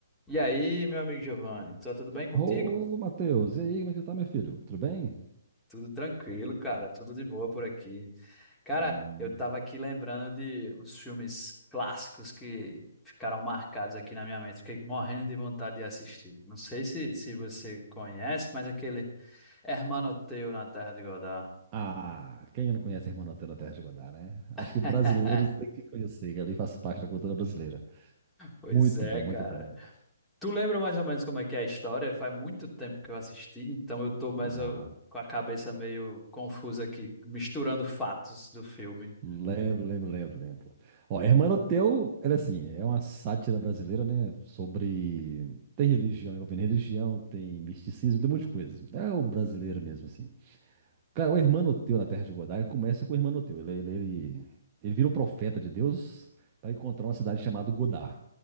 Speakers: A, in the centre; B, on the right.
A: E aí, meu amigo Giovanni, tá tudo bem contigo?
B: Ô, Matheus, e aí, como é que você tá, meu filho? Tudo bem?
A: Tudo tranquilo, cara, tudo de boa por aqui. Cara,
B: Hum.
A: eu tava aqui lembrando de uns filmes clássicos que ficaram marcados aqui na minha mente, fiquei morrendo de vontade de assistir. Não sei se, se você conhece, mas aquele Hermano Teu na Terra de Godá.
B: Ah, quem não conhece a Irmã Nutella Terra de Godá, né? Acho
A: <laughs>
B: que brasileiros têm que conhecer, que ali faz parte da cultura brasileira.
A: Pois
B: Muito
A: é,
B: bom,
A: cara.
B: muito bom.
A: Tu lembra mais ou menos como é que é a história? Faz muito tempo que eu assisti, então eu tô mais
B: Ah,
A: ó, com a cabeça meio confusa aqui, misturando fatos do filme.
B: lembro, lembro, lembro, lembro. Ó, Irmã Nutella, ela é assim, é uma sátira brasileira, né? Sobre... Tem religião, envolvendo religião, tem misticismo, tem um monte de coisa. É o brasileiro mesmo, assim. Cara, o Hermanoteu na Terra de Godá, ele começa com o Hermanoteu. Ele, ele, ele, ele vira um profeta de Deus para encontrar uma cidade chamada Godá.